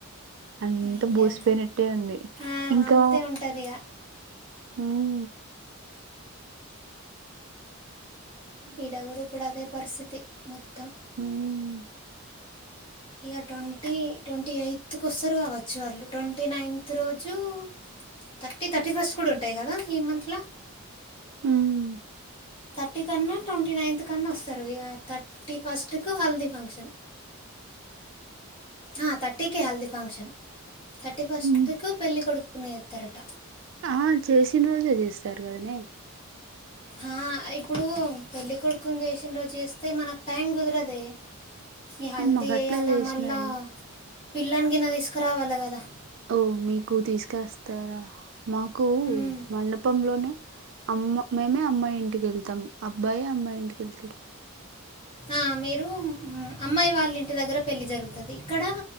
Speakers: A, on the right; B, on the left.
A: అంత
B: అయ్యా
A: బోసిపోయినట్టే ఉంది
B: ఆ,
A: ఇంకా
B: అంతే ఉంటుంది ఇక
A: హుమ్
B: ఈ డైవ్డు కూడా పరిస్థితి మొత్తం
A: హుమ్
B: ఇయర్ ట్వంటీ ట్వంటీ ఎయిత్కి వస్తరు కావచ్చు వాళ్ళు ట్వంటీ నైన్త్ రోజు థర్టీ థర్టీ ఫస్ట్ కూడా ఉంటాయి కదా ఈ మంతల
A: హుమ్
B: థర్టీ కన్నా ట్వంటీ నైన్త్ కన్నా వస్తరు ఇక థర్టీ ఫస్ట్కు హల్దీ ఫంక్షన్ ఆ థర్టీకి హల్దీ ఫంక్షన్ తట్టి ఫస్ట్కు
A: హ్మ్
B: పెళ్లి కొడుకు ఎన్నో ఎత్తరట
A: ఆ చేసిన రోజే చేస్తరు కదనే
B: ఆ ఇప్పుడు పెళ్ళ కొడుకుని చేసిన రోజు చేస్తే మనకు టైం కుదరదే ఈ హల్దీ
A: నేను మాకు
B: చెయ్యాలా
A: అట్లా చేసినారు
B: మళ్ళా పిల్లాని గిన్న తీసుకరావాల కదా ద
A: ఓ మీకు తీసుకస్తారా మాకు
B: మ్మ్.
A: మండపంలోనే అమ్మ మేమే అమ్మాయి ఇంటికి వెళ్తాం అబ్బాయి అమ్మాయి ఇంటికి వెళ్తరు
B: ఆ మీరు అమ్మాయి వాళ్ళంటి దగ్గర పెళ్ళి జరుగుతది ఇక్కడ